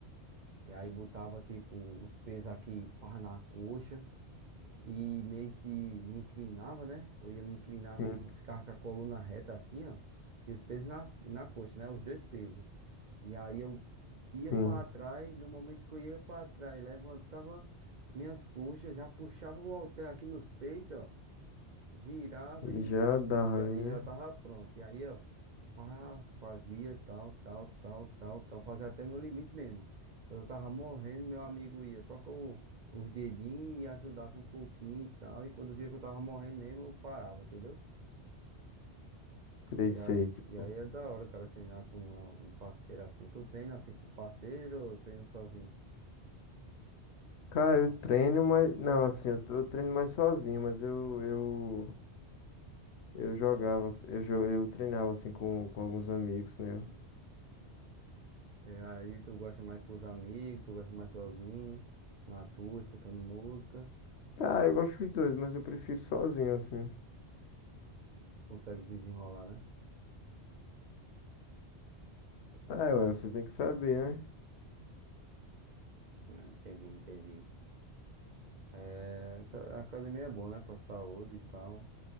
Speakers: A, on the right; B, on the left.
A: E aí botava tipo os pesos aqui, pá, na coxa. e meio que me inclinava, né? Eu ia me inclinar,
B: Sim,
A: tipo, ficava com a coluna reta assim, ó, e os pesos nas, na coxa, né? Os dois pesos. E aí eu
B: sim.
A: ia para trás, no momento que eu ia para trás, levantava minhas coxas, já puxava o halter aqui nos peitos, ó girava
B: E
A: e,
B: já dá
A: e já,
B: ali,
A: e
B: né?
A: já tava pronto. E aí, ó, pá, fazia tal, tal, tal, tal, tal, fazia até meu limite mesmo. Quando eu tava morrendo, meu amigo ia só com o- os dedinhos e ajudava um pouquinho e tal. E quando via que eu tava morrendo mesmo, eu parava, entendeu?
B: Sei,
A: E
B: sei,
A: aí,
B: tipo.
A: e aí é da hora, o cara, treinar com uma- um parceiro assim. Tu treina assim com parceiro ou treina sozinho?
B: Cara, eu treino, mas. Não, assim, eu, tô- eu treino mais sozinho, mas eu, eu. Eu jogava, ass- eu, jo- eu treinava assim com, com alguns amigos meu.
A: E aí, tu gosta mais com os amigos, tu gosta mais sozinho, na tua, escutando música,
B: Ah, eu gosto dos dois, mas eu prefiro sozinho assim.
A: consegue desenrolar, né?
B: Ah, ué, você tem que saber, né?
A: Ah, Entendi, entendi. É, essa- a academia é boa, né? Pra saúde e tal.